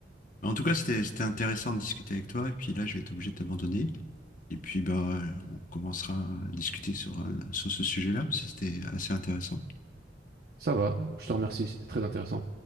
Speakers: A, on the left; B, on the right.
A: En tout cas, c'était, c'était intéressant de discuter avec toi. Et puis là, je vais être obligé de t'abandonner. Et puis, ben, euh, on commencera à discuter sur, un- sur ce sujet-là. C'était assez intéressant.
B: Ça va, je te remercie, c'était très intéressant.